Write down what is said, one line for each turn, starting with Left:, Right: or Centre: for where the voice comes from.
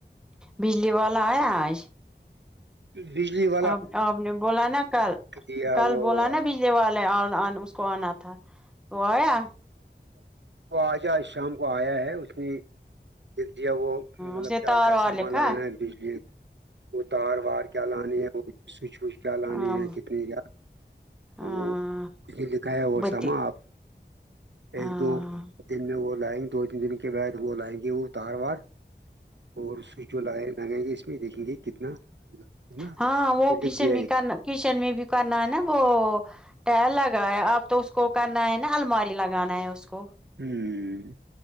Centre: بجلی والا ہے آج
Right: بجلی و
Centre: اب آپ نے بولا نا کل
Right: دیا
Centre: کل
Right: وہ
Centre: بوول نا ب پے والے اس کو آنا تھا وہ آیا
Right: وہ آجا آج شام کو آیا ہے اس میں جتیا وہ مطلب
Centre: اس نے
Right: کیا
Centre: تار
Right: کیا
Centre: وار
Right: سامان
Centre: لکھا
Right: لانا ہے بجلی وہ تار وار کیا لانی ہے وہ سوچ وچ کیا لانی
Centre: ہاں
Right: ہے کتنی کیا
Centre: ہاں
Right: تو دکھایا وہ
Centre: بتی
Right: ساما آپ
Centre: ہاں
Right: ایک دو دن میں وہ لائیں گے دو تین دن کے بعد وہ لائیں گے وہ تار وار اور سوئچ جو ل لگائ گے اس میں دیکھیں گے کتنا نا
Centre: ہاں
Right: لائے
Centre: وہ کشن
Right: لکھ دیا ایک
Centre: م کنا کچن میں بھی کرنا ہے نا وہ ٹائر لگا ہے اب تو اس کو کرنا ہے نا الماری لگانا ہے اس کو
Right: ہوں